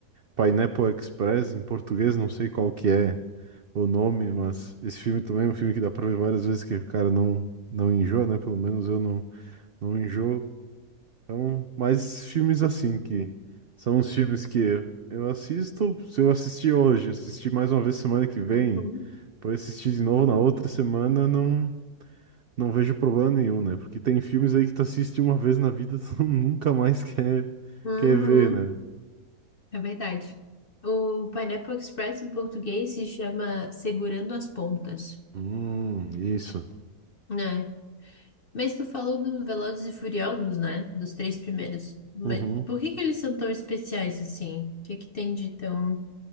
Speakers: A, on the right (about 65°); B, on the left (about 50°).
A: Pineapple Express, em português, não sei qual que é o nome, mas esse filme também é um filme que dá para ver várias vezes, que o cara não, não enjoa, né? Pelo menos eu não, não enjoo. Então, mais filmes assim que são os filmes que eu eu assisto. Se eu assistir hoje, assistir mais uma vez semana que vem,
B: Uhum.
A: depois assistir de novo na outra semana, não, não vejo problema nenhum, né? Porque tem filmes aí que tu assiste uma vez na vida, <laughs> tu nunca mais quer,
B: Uhum.
A: quer ver, né?
B: É verdade. O Pineapple Express em português se chama Segurando as Pontas,
A: Hum, isso.
B: né? Mas tu falou dos Velozes e Furiosos, né? Dos três primeiros. Mas
A: Uhum.
B: por que que eles são tão especiais assim? O que que tem de tão